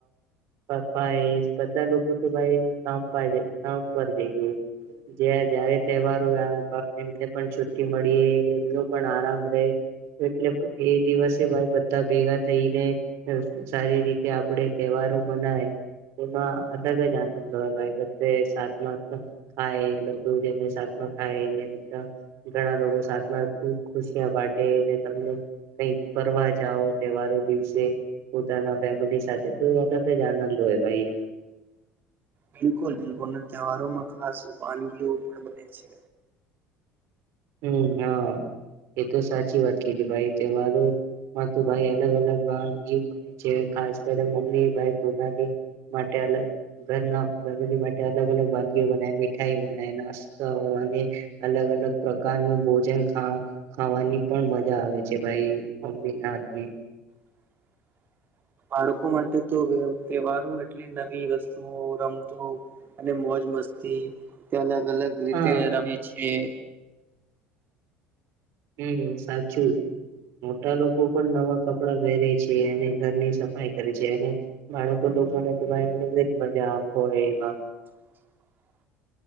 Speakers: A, on the right (about 55°); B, on the right (about 40°).
A: <unintelligible> બધા લોકો તો ભાઈ કામ પર કામ પર જઈએ. જ્યા જયારે તહેવારો એમને પણ છુ્ટી મળી એમનો પણ આરામ રહે. એટલે એ દિવસે ભાઈ બધા ભેગા થઈને સારી રીતે આપડે તહેવાર મનાય તેમાં અલગ જ આનંદ હોય ભાઈ બધે સાતમાં ખાય બધું જેને સાતમાં ખાય ઘણા લોકો સાતમાં ખુબ ખુશિયા બાટે તમને કઈક ફરવા જાવ તહેવારો દિવસે પોતાના ફેમિલી સાથે અલગ જ આનંદ હોય ભાઈ.
B: બિલકુલ બિલકુલ ના તહેવારોમાં ખાસ વાનગીઓ પણ બને છે.
A: હમ્મ હા એતો સાચી વાત કીધી ભાઈ તહેવારો માં તો ભાઈ અલગ અલગ વાનગીઓ બને છે, ખાસ કરી મમ્મી ભાઈ પોતાાની માટે અલગ ઘરના ફેમિલી માટે અલગ અલગ વાનગી બનાય મીઠાઈ બનાય નાસ્તા અને અલગ અલગ પ્રકારનું ભોજના ખાવા ખાવાની પણ મજા આવે છે ભાઈ અમ્મી ના હાથની.
B: <inaudible> બાળકો માટે તો તહેવારો એટલી નવી વસ્તુઓ રમતો અને મોજ મસ્તી તે અલગ- અલગ રીતે
A: હા
B: રમે છે.
A: હમ સાચું. મોટા લોકો પણ નવા કપડા પહેરે છે અને ઘરની સફાઈ કરે છે અને બાળકો લોકોને ભાઈ અલગ જ મજા હોય એમાં.
B: <inaudible>